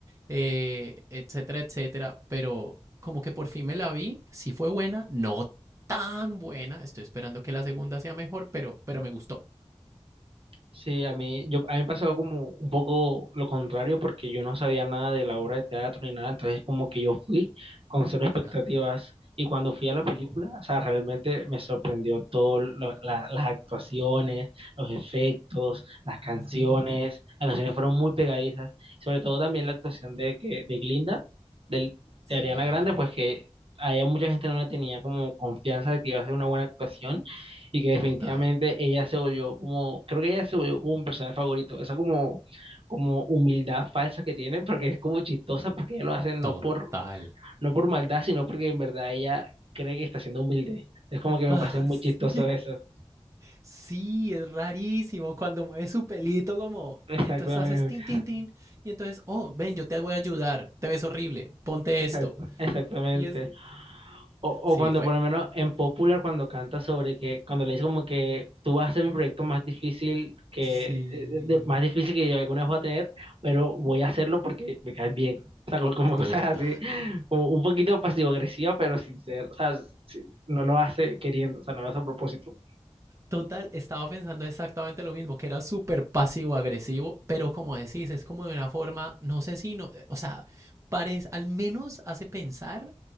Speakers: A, on the right; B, on the right.
A: eh, etcétera, etcétera. Pero como que por fin me la vi, sí fue buena, no tan buena. Estoy esperando que la segunda sea mejor, pero, pero me gustó.
B: Sí, a mí, yo, a mí me pasó como un poco lo contrario porque yo no sabía nada de la obra de teatro ni nada, entonces como que yo fui con cero expectativas
A: Ajá.
B: y cuando fui a la película,
A: Oh,
B: o sea, realmente me sorprendió todo, lo-
A: ah,
B: la- las actuaciones, los efectos, las canciones,
A: Sí,
B: las canciones fueron muy pegadizas, sobre todo también la actuación de, que, de Glinda, del,
A: sí.
B: de Ariana Grande, pues que a ella mucha gente no le tenía como confianza de que iba a hacer una buena actuación y que definitivamente
A: total,
B: ella se volvió como, creo que ella se volvió como un personaje favorito, esa como, como humildad falsa que tiene, porque es como chistosa, porque ella lo hace no
A: total.
B: por, no por maldad, sino porque en verdad ella cree que está siendo humilde. Es como que me
A: Ah,
B: parece muy
A: <laughs>
B: chistoso
A: sí,
B: eso.
A: sí, es rarísimo cuando mueve su pelito como...
B: Exactamente,
A: Entonces haces tin, tin, tin. Y entonces, oh, ven, yo te voy a ayudar. Te ves horrible. Ponte
B: exact-
A: esto.
B: exactamente.
A: Y es...
B: O, o
A: Sí,
B: cuando
A: fue.
B: por lo menos en Popular, cuando canta sobre que, cuando le dice como que tú vas a hacer mi proyecto más difícil que,
A: Sí,
B: eh, de- más difícil que yo alguna vez voy a tener, pero voy a hacerlo porque me caes bien. O sea, como, como
A: total.
B: <laughs> cosas así, como un poquito pasivo-agresiva, pero sincero. O sea, sí, no lo hace queriendo, o sea, no lo hace a propósito.
A: Total, estaba pensando exactamente lo mismo, que era súper pasivo-agresivo, pero como decís, es como de una forma, no sé si, no, eh, o sea, parece, al menos hace pensar